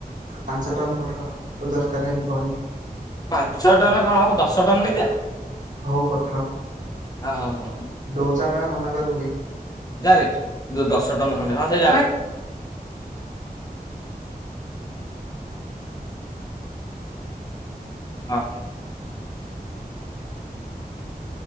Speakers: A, on the right; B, on the left.
A: ପାଞ୍ଚ ଟନ ପଠ ଆଉ ଦରକାର ହେଲେ କହିବୁ
B: ପାଞ୍ଚ ଟନରେ କଣ ହବ ଦଶ ଟନ ନେଇ ଯାଅ।
A: ହଉ ପଠାଅ।
B: ହଁ ହଉ ହଉ।
A: ଦଉଛୁ ଆମେ ଆଉ ମନା କରି ବୁ କି?
B: ଯାରେ ଦଶ ଟନ ଖଣ୍ଡେ ହଁ ସେ ଆ